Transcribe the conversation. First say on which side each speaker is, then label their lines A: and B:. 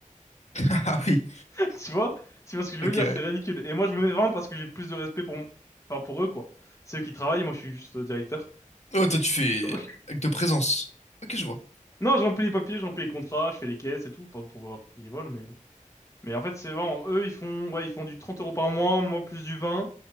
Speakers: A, on the left; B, on the left.
A: <laughs> Ah oui.
B: mois, <laughs> tu vois? Tu vois ce que je
A: Ok,
B: veux dire?
A: ouais.
B: C'est ridicule. Et moi, je me mets 20 parce que j'ai plus de respect pour, m- enfin, pour eux, quoi. C'est eux qui travaillent, moi, je suis juste euh, directeur.
A: Oh, toi, tu fais
B: Donc,
A: acte de présence. Ok, je vois.
B: Non, je remplis les papiers, je remplis les contrats, je fais les caisses et tout, pas pour voir qui vole, mais... Mais en fait, c'est vraiment, eux, ils font, ouais, ils font du 30 euros par mois, moi plus du 20.